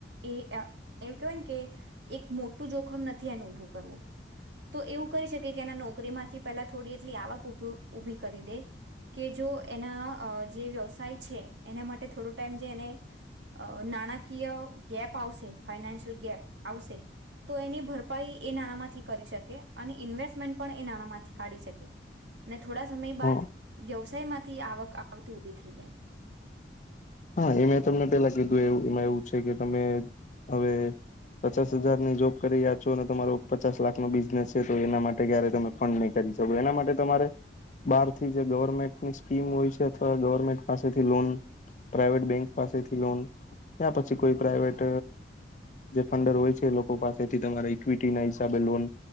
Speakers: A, on the right; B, on the left.
A: એ એવું કેહેવાય ને કે એક મોટું જોખમ નથી એનું ઉભું કરવું તો એવું કરી શકે કે એના નોકરી માંથી પેલા થોડી એટલી આવક ઉભ ઉઊભી કરી દે કે જો એના જે વ્યવસાય છે એના માટે થોડો ટાઈમ જે એને અ નાણાકીય ગેપ આવશે ફાઈનાન્શિયલ ગેપ આવશે તો એની ભરપાઈ એ નાણાં માંથી કરી શકે અને ઇન્વેસ્ટમેન્ટ પણ એ નાણાંમાંથી કાઢી શકે અને થોડા સમય
B: હ
A: બાદ વ્યવસાયમાં થી આવક આવતી ઉભી થઈ જાય
B: હા એ મે તમને પેલા કીધું એ એમાં એવું છે કે તમે હવે પચાસ હજારની જોબ કરી રહ્યા છો અને તમારો પચાસ લાખનોો બિઝનેસ છે તો એના માટે ક્યારે તમે ફંડ નહીં કરી એના માટે તમારે બહાર થી જે ગવર્મેન્ટની સ્કીમ હોય છે અથવા ગવર્મેન્ટ પાસેથી લોન પ્રાઇવેટ બેંક પાસેથી લોન ત્યા પછી કોઈ પ્રાઇવેટ જે ફંડર હોય છે લોકો પાસે એથી તમારા ઈક્વિટી ના હિસાબે લોન